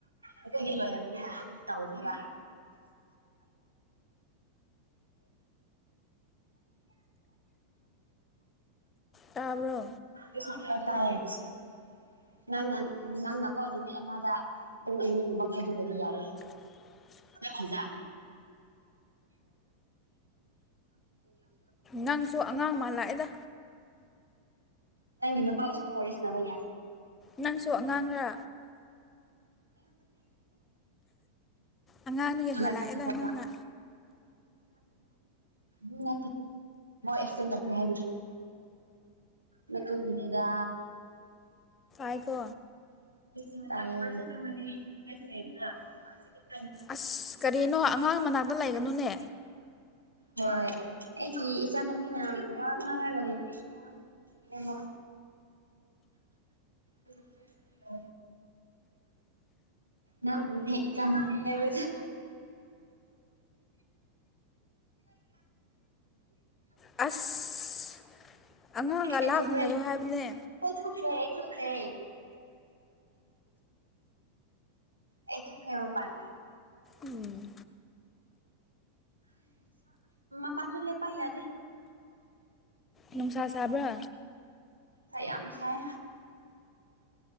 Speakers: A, on the right; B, on the left.
A: ꯑꯩꯈꯣꯏꯗꯤ ꯂꯣꯏꯔꯕꯅꯤꯅ ꯇꯧꯗꯕ
B: ꯇꯥꯕ꯭ꯔꯣ
A: ꯨ <inaudible> ꯀ ꯇ ꯍꯥꯏꯁꯤ ꯅꯪꯅ ꯅꯪꯅꯀꯣ ꯅꯨꯃꯤꯠ ꯑꯃꯗ ꯄꯨꯡ ꯑꯅꯤꯒꯨꯝꯕ ꯈꯥꯏꯗꯨꯔꯗꯤ ꯌꯥꯔꯦ
B: <inaudible>
A: ꯈꯤꯖ
B: ꯅꯪꯁꯨ ꯑꯉꯥꯡ ꯃꯥꯜꯂꯥꯛꯑꯦꯗ
A: ꯅꯪꯒꯤ ꯅꯨꯄꯥꯒꯁ ꯑꯣꯏꯔꯤꯁꯅꯕꯩꯌꯥ
B: ꯅꯪꯁꯨꯉꯥꯡꯂꯥ ꯑꯉꯥꯡꯗꯒꯤ
A: ꯖꯂꯥꯏ
B: ꯍꯦꯜꯂꯛꯑꯦꯗ
A: ꯊꯥꯇꯤ ꯐꯕ
B: ꯅꯪꯅ
A: ꯅꯦ ꯑꯦꯛꯗꯦꯟ ꯇꯧꯈ꯭ꯔꯦ ꯍꯥꯏꯔꯤ ꯃ ꯇꯨ ꯅꯦꯗ
B: ꯑꯩꯀꯣ
A: <inaudible>
B: ꯑꯁ ꯀꯔꯤꯅꯣ ꯑꯉꯥꯡ ꯃꯅꯥꯛꯇ ꯂꯩꯒꯅꯨꯅꯦ
A: ꯍꯣꯏ ꯑꯩꯒꯤ ꯏꯆꯥꯅꯨꯄꯤꯅ ꯋꯥ ꯉꯥꯡꯅꯔꯒꯅꯤ ꯍꯃ ꯆ ꯌꯥ ꯅꯣꯅꯦ ꯏꯆꯥ ꯅ ꯍꯥꯏꯁ
B: ꯑꯁ ꯑꯉꯥꯡꯒ
A: ꯑꯩꯊꯈ꯭ꯔꯦ
B: ꯂꯥꯞꯅ ꯂꯩꯌꯣ
A: ꯑꯩ
B: ꯍꯥꯏꯕꯅꯦ
A: ꯊꯈ꯭ꯔꯦ ꯑꯩꯊꯈ꯭ꯔꯦ ꯑꯩꯊ ꯐꯦꯃꯄꯥꯟ
B: ꯎꯝ
A: ꯄꯁꯨꯂꯦꯄꯥꯏ ꯌꯥꯗꯦ
B: ꯅꯨꯡꯁꯥ ꯁꯥꯕ꯭ꯔꯥ
A: ꯀ ꯌꯥꯝꯁꯥꯏ